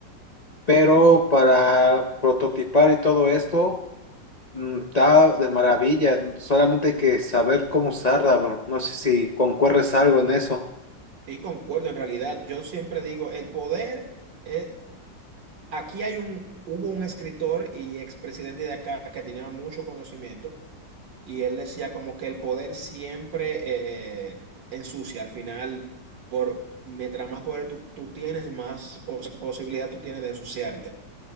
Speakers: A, on the left; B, on the right.
A: pero para prototipar y todo esto mm, está de maravilla. Solamente hay que saber cómo usarla, bro. No sé si concuerres algo en eso.
B: Sí, concuerdo, en realidad, yo siempre digo, el poder, eh, aquí hay un, hubo un escritor y expresidente de acá que tenía mucho conocimiento y él decía como que el poder siempre eh, eh, ensucia, al final, por, mientras más poder tú, tú tienes, más pos- posibilidad tú tienes de ensuciarte.